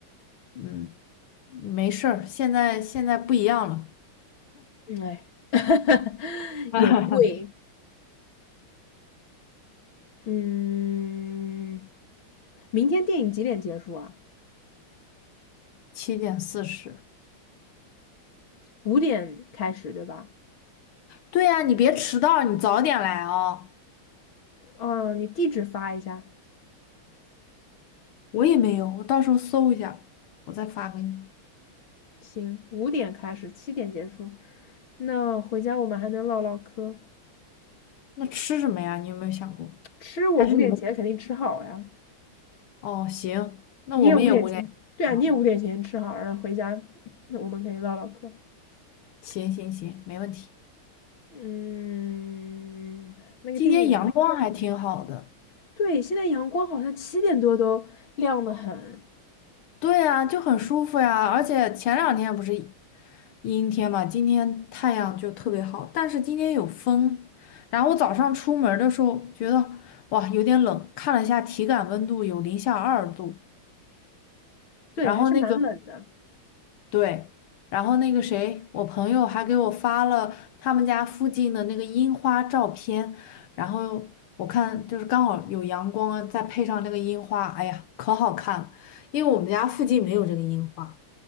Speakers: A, on the left; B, on the left.
A: 嗯，没事儿，现在现在不一样了，
B: 嗯哎，<laughs>
A: <laughs>
B: 也贵。嗯，明天电影几点结束啊？
A: 七点四十。
B: 五点开始，对吧？
A: 对呀，你别迟到，你早点来哦。
B: 哦，你地址发一下，
A: 我也没有，我到时候搜一下，我再发给你。
B: 行，五点开始，七点结束。那回家我们还能唠唠嗑。
A: 那吃什么呀？你有没有想过？
B: 吃我五点前肯定吃好呀，
A: 还是你们？哦，行，那我们也无聊。
B: 你也五点前，对啊，
A: 好，
B: 你也五点前吃好，然后回家，那我们可以唠唠嗑。
A: 行行行，没问题。
B: 嗯，那个电影，
A: 今天阳光还挺好的。
B: 对，现在阳光好像七点多都亮得很，
A: 对呀，就很舒服呀。而且前两天不是阴天嘛，今天太阳就特别好，但是今天有风。然后我早上出门的时候觉得哇有点冷，看了一下体感温度有零下二度，
B: 对，
A: 然后那个。
B: 还是蛮冷的。
A: 对，然后那个谁，我朋友还给我发了他们家附近的那个樱花照片，然后我看就是刚好有阳光啊再配上那个樱花，哎呀，可好看了。因为我们家附近没有这个樱花。